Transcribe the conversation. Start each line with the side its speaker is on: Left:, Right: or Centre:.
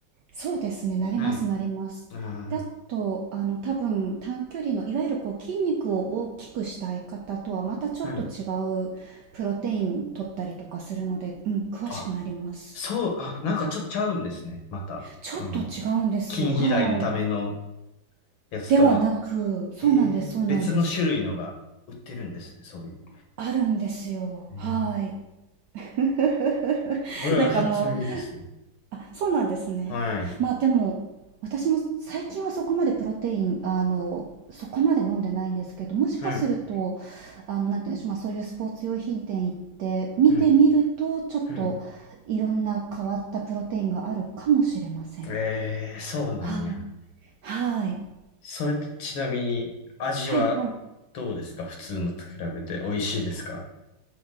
Right: そうですね、なりますなります。
Left: はい。あ
Right: で、あと、あの、多分短距離のいわゆるこう筋肉を大きくしたい方とはまたちょっと違うプロテイン取ったりとかするので、
Left: あ、はい。
Right: うん、詳しくなります。
Left: あ、そう、あ、なんかちょっとちゃうんですね。また、
Right: ちょっと違うんですよ。
Left: この、筋肥大のための
Right: はい。
Left: やつとは。
Right: ではなく、そうなんです、
Left: えー別の種類のが売ってるんですね、
Right: そうなんです。
Left: そういう。
Right: あるんですよ。
Left: えー
Right: はい。<laughs>
Left: これは初耳ですね。
Right: なんかもうあ、そうなんですね。
Left: はい、
Right: まあでも、私も最近はそこまでプロテイン、あの、そこまで飲んでないんですけど、もしかすると、
Left: はい、
Right: あの、なんていうんでしょう、まあそういうスポーツ用品店行って見てみると、
Left: はい、
Right: ちょっといろんな変わったプロテインがあるかもしれません。
Left: はい。えーそうなんや。
Right: はい。はい。
Left: それとちなみに、味は
Right: はいはい。
Left: どうですか普通のと比べて美味しいですか